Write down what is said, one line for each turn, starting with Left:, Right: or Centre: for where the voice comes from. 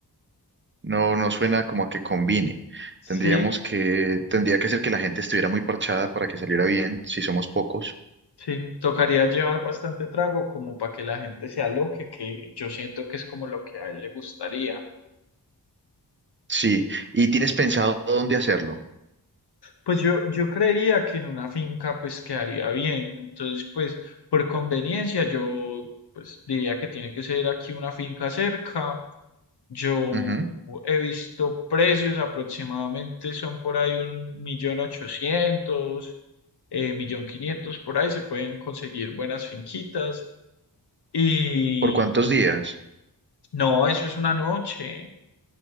Right: No, no suena como a que combine.
Left: Sí,
Right: Tendríamos
Left: eh,
Right: que, tendría que ser que la gente estuviera muy parchada para que saliera bien, si somos pocos.
Left: sí, tocaría llevar bastante trago como para que la gente se aloque, que yo siento que es como lo que a él le gustaría.
Right: Sí, ¿y tienes pensado dónde hacerlo?
Left: Pues yo, yo creería que en una finca pues quedaría bien. Entonces, pues por conveniencia yo pues diría que tiene que ser aquí una finca cerca Yo
Right: Ujú,
Left: he visto precios aproximadamente, son por ahí un millón ochocientos, eh, millón quinientos, por ahí se pueden conseguir buenas finquitas. Y
Right: ¿Por cuántos días?
Left: no, eso es una noche,